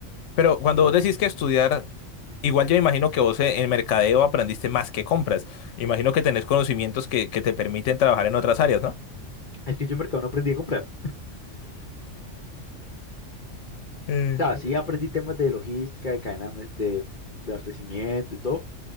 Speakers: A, on the left; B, on the left.
A: Pero cuando vos decís que estudiar, igual yo imagino que vos en en mercadeo aprendiste más que compras. Imagino que tenés conocimientos que, que te permiten trabajar en otras áreas, ¿no?
B: Es que yo en mercado no aprendí a comprar.
A: Eh,
B: O sea, sí Ujú. aprendí temas de logística, de cadena de, de de abastecimiento y todo,